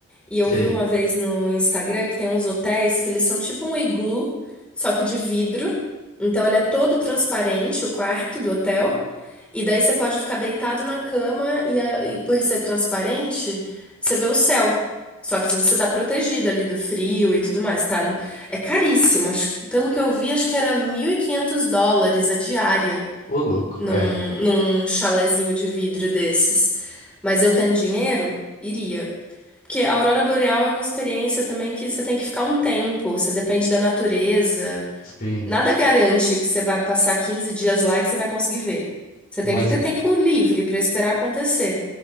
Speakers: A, in the centre; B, on the left.
A: E eu
B: Sei,
A: vi uma vez no Instagram que tem uns hotéis que eles são tipo um iglu, só que de vidro. Então ele é todo transparente, o quarto do hotel. E daí você pode ficar deitado na cama e, a- e por ser transparente, você vê o céu. Só que você tá protegido ali do frio e tudo mais, tá? É caríssimo. Acho- pelo que eu vi, acho que era 1.500 dólares a diária
B: ô louco,
A: num,
B: é,
A: num chalezinho de vidro desses. Mas eu tendo dinheiro, iria. Porque a aurora boreal é uma experiência também que você tem que ficar um tempo, você depende da natureza.
B: sim.
A: Nada garante que você vai passar 15 dias lá e que você vai conseguir ver. Você
B: Mas,
A: tem que ter tempo livre para esperar acontecer.